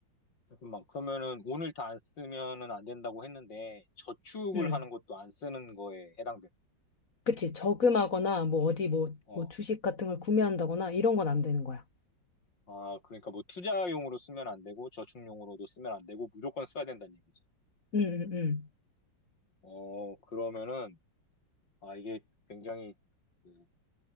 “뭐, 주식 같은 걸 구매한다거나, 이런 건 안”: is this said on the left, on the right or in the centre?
Left